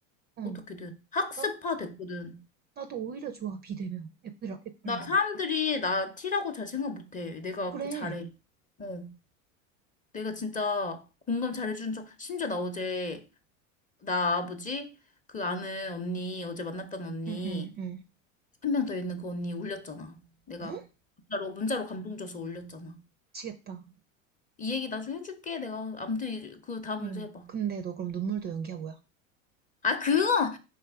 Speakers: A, on the right; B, on the left.
A: 응.
B: 어떻게든. 학습화
A: 나,
B: 됐거든.
A: 나도 오히려 좋아, B 되면. F라, F라서.
B: 나 사람들이 나 T라고 잘 생각 못해. 내가
A: 그래.
B: 그거 잘해. 어. 내가 진짜 공감 잘해주는 척. 심지어 나 어제, 나 아버지, 그 아는 언니, 어제 만났던 언니,
A: 응, 응, 응.
B: 한 명 더 있는 그 언니 울렸잖아. 내가
A: 어?
B: 문자로, 문자로 감동 줘서 울렸잖아.
A: 미치겠다.
B: 이 얘기 나중에 해줄게. 내가 아무튼 그 다음
A: 응.
B: 문제 해봐.
A: 근데 너 그럼 눈물도 연기야, 뭐야?
B: 아, 그건,